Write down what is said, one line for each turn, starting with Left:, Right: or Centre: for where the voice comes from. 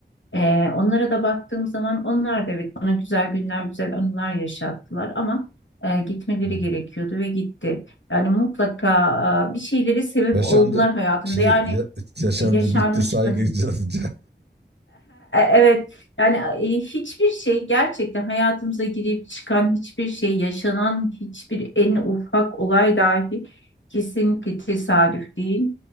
Left: Ee, onlara da baktığım zaman onlar da evet bana güzel günler, güzel anılar yaşattılar ama e, gitmeleri
Right: Hı.
Left: gerekiyordu ve gitti. Yani mutlaka e, bir şeylere sebep
Right: Yaşandı
Left: oldular hayatımda.
Right: şey
Left: Yani
Right: ya- yaşandı
Left: e, yaşanmış
Right: bitti saygı <laughs> saygıca.
Left: <laughs> Evet yani e, hiçbir şey gerçekten hayatımıza girip çıkan hiçbir şey yaşanan hiçbir en ufak olay dahi kesinlikle tesadüf değil.